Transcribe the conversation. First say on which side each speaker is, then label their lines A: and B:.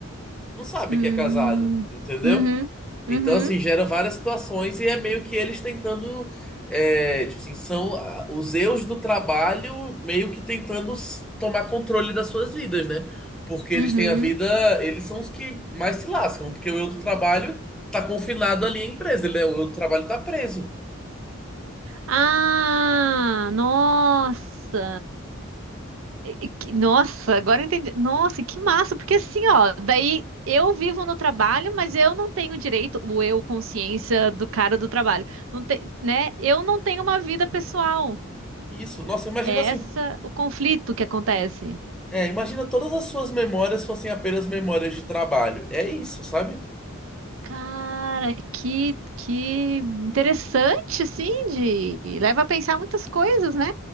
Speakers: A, in the centre; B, on the right.
A: não sabe
B: Hum.
A: que é casado, entendeu?
B: Uhum. Uhum.
A: Então, assim, gera várias situações e é meio que eles tentando. é, tipo assim, são ah, os eus do trabalho meio que tentando s- tomar controle das suas vidas, né? Porque
B: Uhum.
A: eles têm a vida, eles são os que mais se lascam, porque o eu do trabalho tá confinado ali à empresa, ele, é- o eu do trabalho tá preso.
B: Ah, nossa. E que- Nossa, agora eu entendi. Nossa, que massa, porque assim, ó, daí eu vivo no trabalho, mas eu não tenho direito, o eu, consciência do cara do trabalho, não tem, né? Eu não tenho uma vida pessoal.
A: Isso, nossa, imagina
B: É
A: assim,
B: essa o conflito que acontece.
A: é, imagina todas as suas memórias fossem apenas memórias de trabalho. É isso, sabe?
B: Cara, que que interessante, assim, de leva a pensar muitas coisas, né?